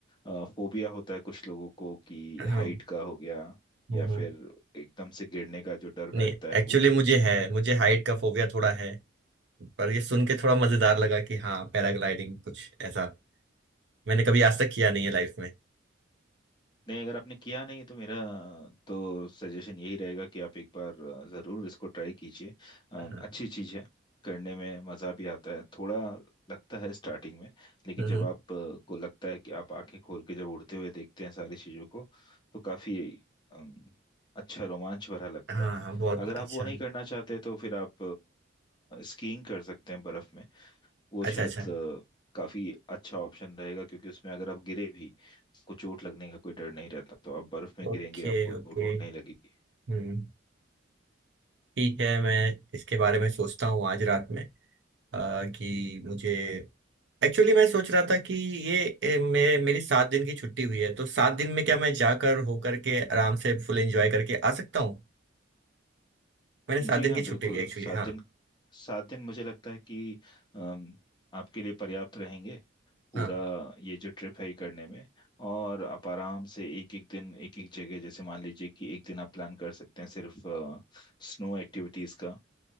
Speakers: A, on the left; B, on the right.
A: ना फोबिया होता है कुछ लोगों को कि
B: हाँ
A: हाइट का हो गया
B: हम्म,
A: या
B: हम्म।
A: फिर एकदम से गिरने का जो डर बैठता
B: नहीं
A: है
B: एक्चुअली
A: वो
B: मुझे है मुझे हाइट का फोबिया थोड़ा है पर ये सुन के थोड़ा मजेदार लगा कि हाँ पैराग्लाइडिंग कुछ ऐसा मैंने कभी आज तक किया नहीं है लाइफ में
A: नहीं अगर आपने किया नहीं तो मेरा तो सजेशन यही रहेगा कि आप एक बार अ, ज़रूर इसको ट्राई कीजिए अ,
B: हाँ
A: अच्छी चीज़ है करने में मज़ा भी आता है थोड़ा लगता है स्टार्टिंग में लेकिन
B: हम्म,
A: जब
B: हम्म।
A: आप अ, को लगता है कि आप आंखें खोल के जब उड़ते हुए देखते हैं सारी चीज़ों को तो काफ़ी अम, अच्छा रोमांच भरा लगता
B: हाँ
A: है
B: हाँ, बहुत
A: अगर
B: अच्छा
A: आप वो नहीं करना चाहते तो फिर आप स्कीइंग कर सकते हैं बर्फ़ में वो
B: अच्छा
A: शायद
B: अच्छा
A: अ, काफी अच्छा ऑप्शन रहेगा क्योंकि उसमें अगर आप गिरे भी आपको चोट लगने का कोई डर नहीं रहता तो आप बर्फ में
B: Okay
A: गिरेंगे आपको चोट
B: okay
A: वोट नहीं लगेगी
B: हम्म ठीक है मैं इसके बारे में सोचता हूँ आज रात में आ, कि मुझे एक्चुअली मैं सोच रहा था कि ये ए, मे, मेरी सात दिन की छुट्टी हुई है तो सात दिन में क्या मैं जाकर होकर के आराम से फुल एंजॉय करके आ सकता मैंने सात
A: जी
B: दिन
A: हाँ
B: की छुट्टी
A: बिल्कुल
B: ली एक्चुअली
A: सात
B: हाँ
A: दिन सात दिन मुझे लगता है कि अम, आपके लिए पर्याप्त रहेंगे पूरा
B: हाँ
A: ये जो ट्रिप है ये करने में और आप आराम से एक एक दिन एक एक जगह जैसे मान लीजिए कि एक दिन आप प्लान कर सकते हैं सिर्फ स्नो एक्टिविटीज का